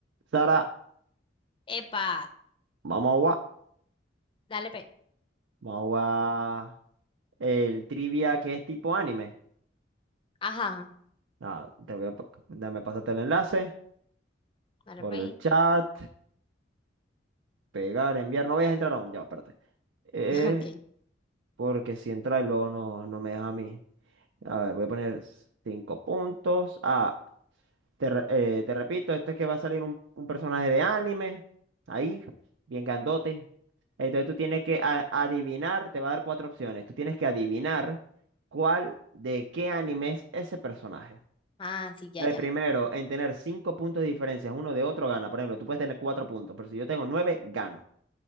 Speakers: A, on the right; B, on the left.
A: Sara,
B: Epa,
A: vamos a jugar.
B: Dale, pe.
A: Vamos a jugar el trivia que es tipo anime.
B: Ajá, ajá,
A: Nada, te voy a pa- dame pasarte el enlace
B: dale,
A: por
B: pe.
A: el chat. Pegar, enviar. No vayas a entrar aún. Ya, va, espérate. Eh,
B: <laughs> Ok.
A: porque si entra y luego no, no me deja a mí. A ver, voy a poner cinco puntos. Ah. Te, re- eh, te repito, esto es que va a salir un, un personaje de anime, ahí, bien grandote. Entonces tú tienes que a- adivinar, te va a dar cuatro opciones. Tú tienes que adivinar cuál de qué anime es ese personaje.
B: Ah, sí, ya,
A: El
B: ya.
A: primero en tener cinco puntos de diferencia uno de otro gana. Por ejemplo, tú puedes tener cuatro puntos, pero si yo tengo nueve, gano.